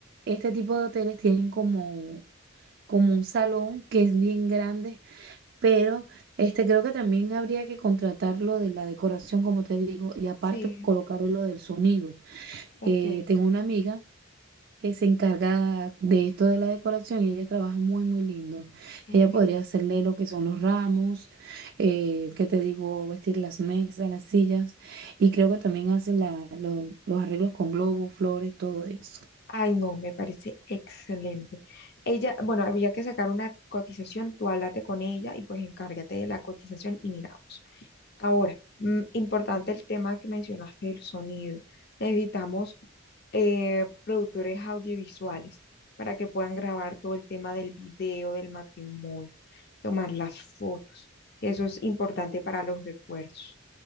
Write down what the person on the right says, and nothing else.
este tipo de hoteles tienen como, como un salón que es bien grande, pero este creo que también habría que contratar lo de la decoración, como te digo, y aparte
colocar lo del sonido.
Eh, tengo una amiga que se encarga de esto de la decoración y ella trabaja muy, muy lindo.
Ella podría hacerle lo que son los ramos, eh, que te digo, vestir las mesas, las sillas, y creo que también hace la, lo- los arreglos con globos, flores, todo eso.